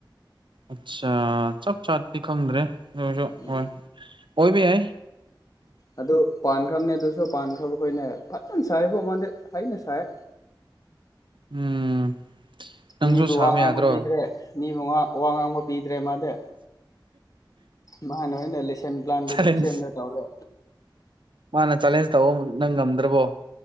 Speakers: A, on the right (about 75°); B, on the left (about 45°).
A: ꯑꯆꯥꯥ ꯆꯞ ꯆꯥꯗꯤ ꯈꯪꯗ꯭ꯔꯦꯁꯨ
B: ꯎꯝ
A: ꯍꯣꯏ ꯑꯣꯏꯣꯏꯃꯤ ꯌꯥꯏ
B: ꯑꯗꯨ ꯄꯥꯟꯈ꯭ꯔꯕꯅꯦ ꯑꯗꯨꯁꯨ ꯄꯥꯟꯈ꯭ꯔꯕ ꯑꯩꯈꯣꯏꯅ ꯐꯖꯅ ꯁꯥꯏꯕꯨ ꯃꯥꯟꯗ ꯍꯩꯅ ꯁꯥꯏ <inaudible>
A: ꯎꯝ ꯅꯪꯁꯨ
B: ꯃꯤꯕꯨ
A: ꯁꯥꯕ
B: ꯋꯥ ꯉꯥꯡꯕ
A: ꯌꯥꯗ꯭ꯔꯣ
B: ꯄꯤꯗ꯭ꯔꯦ ꯃꯤꯕꯨ ꯋꯥ ꯉꯥꯡꯕ ꯄꯤꯗꯦ ꯗ꯭ꯔꯦ ꯃꯥꯗꯤ ꯃꯥꯅ ꯑꯣꯏꯅ ꯂꯦꯁꯟ ꯄ꯭ꯂꯥꯟꯗ
A: ꯆꯦꯂꯦꯟꯖ
B: ꯑꯗꯨꯝ ꯁꯦꯝꯅ ꯇꯧꯔꯦ
A: ꯃꯥꯅ ꯆꯦꯂꯦꯟꯖ ꯇꯧꯕ ꯅꯪ ꯉꯝꯗ꯭ꯔꯕꯣ